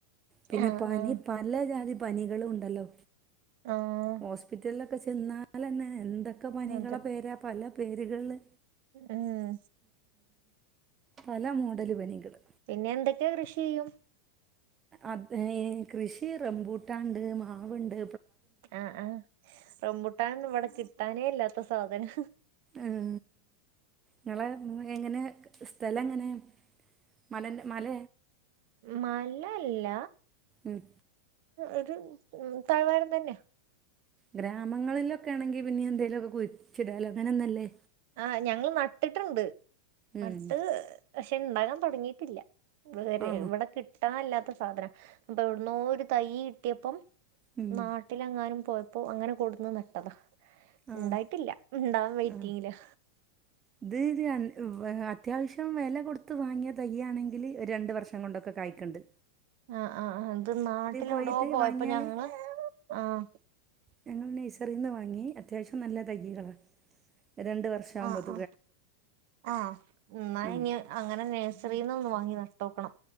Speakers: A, on the right; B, on the right.
A: പിന്നെ
B: ആഹ്
A: പനി
B: ആഹ്
A: പല ജാതി പനികളും ഉണ്ടല്ലോ
B: ആഹ്
A: ഹോസ്പിറ്റലെ ക്കെ ചെന്നാലന്നെ എന്തൊ ക്കെ പനികളെ
B: അതെ
A: പേരാ പല പേര്കൾല്
B: ഉം
A: പല മോഡല് പനികള്
B: പിന്നെ എന്തൊക്കെ കൃഷി ചെയ്യും
A: അതെയ് കൃഷി റംമ്പൂട്ടാണ്ട് മാവ്ണ്ട്
B: ആഹ് ആഹ് റബുട്ടാനൊന്നും ഇവടെ കിട്ടാനേ ഇല്ലാത്ത സാധനാ
A: ഉം നിങ്ങളെ എങ്ങനെ സ്ഥലം എങ്ങനെ മലെന്റെ മല
B: മല അല്ല
A: ഉം
B: ഒരു തഴ്വാരം തന്ന്യ
A: ഗ്രാമങ്ങളിലൊക്കെ ആണെങ്കി പിന്നിംഎന്തേലാെക്കെ കുഴിച്ചിടാലോ ഉങ്ങനെന്നല്ല്
B: ആഹ് ഞങ്ങൾ നട്ടിട്ടുണ്ട്
A: ഉം
B: നട്ട് പക്ഷെ ഇണ്ടാകാൻ തുടങ്ങിയിട്ടില്ല വേറെ
A: ആ
B: ഇവടെ കിട്ടാൻല്ലാത്ത സാധനാ അപ്പൊ എവ്ട്ന്നോ ഒരു തയ്യ് കിട്ടിയപ്പം
A: ഉം
B: നാട്ടിലെങ്ങാനും പോയപ്പോ അങ്ങനെ കൊട്ന്ന് നട്ടതാ
A: ആ
B: ഇണ്ടായിട്ടില്ല ഇണ്ടാവൻ വെയിറ്റിങ്ങിലാ
A: ആ ഇത് രൺ ഉവ് അത്യാശ്യം വെല കൊട്ത്ത് വാങ്ങ്യാ തയ്യ് ആണെങ്കില് ഒരണ്ട് വർഷം കൊണ്ടൊക്കെ കായ്ക്കിണ്ട്
B: ആഹ് ആഹ് അഹ് ഇത് നാട്ടിലോടോ
A: പോയിട്ട്
B: പോയപ്പോ
A: വാങ്ങിയാൽ
B: ഞങ്ങള് ആഹ്
A: ഞങ്ങൾ നയ്സറിന്നാ വാങ്ങ്യ അത്യാവശ്യം നല്ല തയ്യ്കളാ രണ്ട് വർഷം ആവാൻ
B: ആഹ്
A: പോവ്
B: ആഹ് ആഹ് ഇന്നാ
A: ആ
B: ഇനി അങ്ങനെ നേഴ്സറീന്ന് ഒന്ന് വാങ്ങി നട്ടോക്കണം